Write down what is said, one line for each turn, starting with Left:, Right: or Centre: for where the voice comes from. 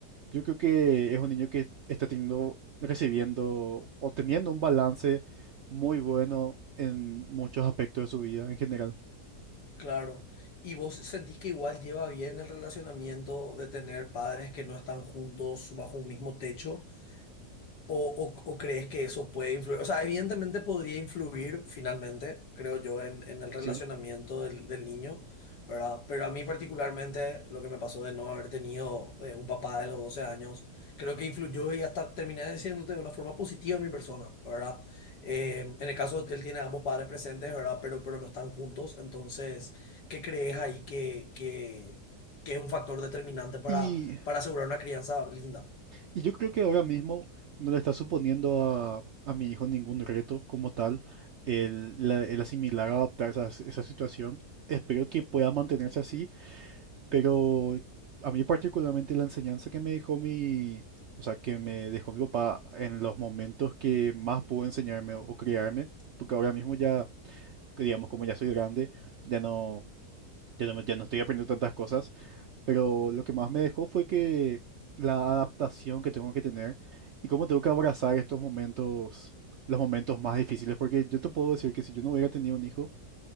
Right: yo creo que es un niño que está teniendo, recibiendo o teniendo un balance muy bueno en muchos aspectos de su vida en general.
Left: Claro. Y vos sentís que igual lleva bien el relacionamiento de tener padres que no están juntos bajo un mismo techo, O, o- o crees que eso puede influir? O sea, evidentemente podría influir finalmente, creo yo, en, en el relacionamiento
Right: ¿Sí?
Left: del, del niño, ¿verdad? Pero a mí particularmente lo que me pasó de no haber tenido eh, un papá de los 12 años, creo que influyó y hasta terminé diciéndote de una forma positiva en mi persona, ¿verdad? Eh, en el caso de que él tiene a ambos padres presentes, ¿verdad? Pero, pero no están juntos, entonces, ¿qué crees ahí que, que, que es un factor determinante para,
Right: Y
Left: para asegurar una crianza linda?
Right: Y yo creo que ahora mismo no le está suponiendo a, a mi hijo ningún reto como tal el, la- el asimilar, adaptar esa, esa situación. Espero que pueda mantenerse así, pero a mí particularmente la enseñanza que me dejó mi, o sea, que me dejó mi papá en los momentos que más pudo enseñarme o criarme, porque ahora mismo ya, digamos, como ya soy grande, ya no, ya no, me- ya no estoy aprendiendo tantas cosas. Pero lo que más me dejó fue que la adaptación que tengo que tener y cómo tengo que abrazar estos momentos, los momentos más difíciles, porque yo te puedo decir que si yo no hubiera tenido un hijo,